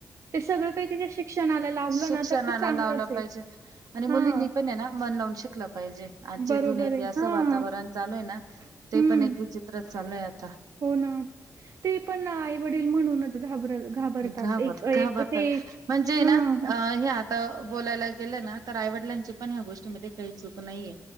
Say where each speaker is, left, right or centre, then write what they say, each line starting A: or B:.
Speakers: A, on the right; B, on the right.
A: ते सगळं काही शिक्षणाला लावलं
B: शिक्षणाला
A: ना तर ते चांगलंच
B: लावला
A: हे.
B: पाहिजे. आणि मुलींनी
A: हां.
B: पण ना मन लावून शिकलं पाहिजे आजचे
A: बरोबर
B: दुणयेत
A: आहे.
B: हे असं
A: हां.
B: वातावरण चालूय ना ते
A: हं.
B: पण एक विचित्र <unintelligible>
A: हो ना. ते पण आईवडील म्हणूनच घाबर घाबरतात.
B: घाबर
A: एक
B: घाबरतात.
A: एक ते
B: म्हणजे ये
A: हां.
B: ना अ हे बोलायला गेलं ना तर आईवडिलांची पण ह्या गोष्टीमध्ये काही चूक नाहीये